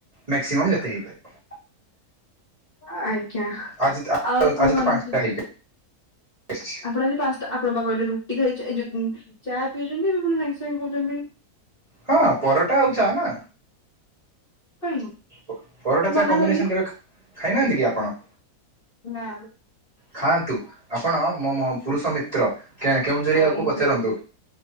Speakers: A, on the right; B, on the left.
A: ମ୍ୟାକ୍ସିମମ୍ ଯତେ ହେଇପାରିବ।
B: ଆଜ୍ଞା
A: ଆଜି ତ-
B: ଆଉ କୁହନ୍ତୁ
A: ଆଜି ତ ପାଞ୍ଚଟା ହେଇକି ଆସିଛି।
B: ଆପଣ ଆଜି ପାଞ୍ଚଟା ଆପଣ ଵା କହିଲେ ରୁଟି ଖାଇଚ ଏ ଯୋଉ ଚା ପିଇଛନ୍ତି ଏବେ ପୁଣି ସାଙ୍ଗେ ସାଙ୍ଗେ କହୁଛନ୍ତି
A: ହଁ ପରଟା ଆଉ ଚା ନା।
B: କାଇଁ
A: ପ ପରଟା ଚା
B: ମନା
A: କମ୍ବିନେସନ୍
B: କଲି
A: କେବେ ଖା ଖାଇନାହାନ୍ତି କି ଆପଣ?
B: ନା।
A: ଖାଆନ୍ତୁ, ଆପଣ ମୋ ମ ପୁରୁଷ ମିତ୍ର କେଉଁଝରିଆକୁ
B: ଖାଇବେ।
A: ପଚାରନ୍ତୁ।